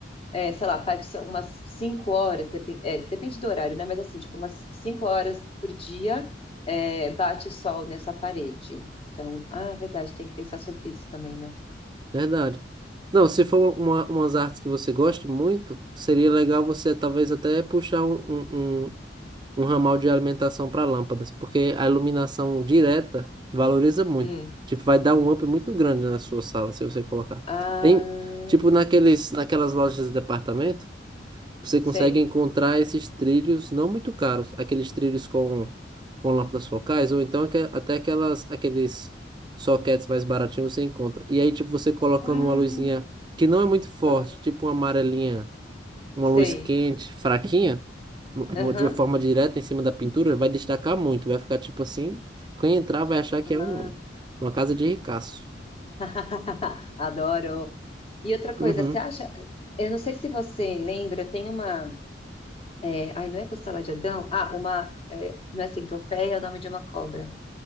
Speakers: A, on the left; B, on the right.
A: é, sei lá, parte são umas 5 horas, depen- é, depende do horário, né? Mas assim, tipo, umas 5 horas por dia é, bate sol nessa parede. Então, ah, verdade, tem que pensar sobre isso também, né?
B: Verdade. Não, se for uma, umas artes que você gosta muito, seria legal você talvez até puxar um, um, um, um ramal de alimentação para lâmpadas, porque a iluminação direta valoriza muito.
A: Hum.
B: Tipo, vai dar um up muito grande na sua sala se você colocar.
A: Ah,
B: Tem, tipo, naqueles, naquelas lojas de departamento. Você consegue
A: sei.
B: encontrar esses trilhos não muito caros, aqueles trilhos com, com lâmpadas focais, ou então aque- até aquelas, aqueles sockets mais baratinhos você encontra. E aí, tipo, você colocando
A: Ah,
B: uma luzinha que não é muito forte,
A: ah,
B: tipo uma amarelinha, uma
A: sei.
B: luz quente, fraquinha, no- no-
A: Aham.
B: de uma forma direta em cima da pintura, vai destacar muito, vai ficar tipo assim. Quem entrar vai achar que
A: Ah.
B: é um, uma casa de ricaço.
A: <laughs> Adoro. E outra coisa,
B: Uhum.
A: você acha? Eu não sei se você lembra, tem uma. é, ai, não é costela de Adão? Ah, uma. é, não é centopeia, é o nome de uma cobra.